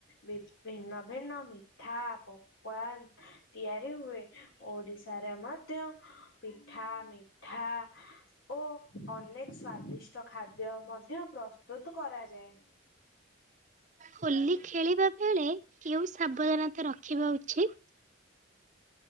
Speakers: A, on the left; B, on the right.
A: ବି ଭିନ୍ନ ଭିନ୍ନ ମିଠା ପକୱାନ ତିଆରି ହୁଏ। ଓଡିଶାରେ ମଧ୍ୟ ପିଠା, ମିଠା ଓ ଅନେକ ସ୍ଵାଦିଷ୍ଟ ଖାଦ୍ୟ ମଧ୍ୟ ପ୍ରସ୍ତୁତ କରାଯାଏ।
B: ହୋଲି ଖେଳିବା ବେଳେ କେଉଁ ସାବଧାନତା ରଖିବା ଉଚିତ?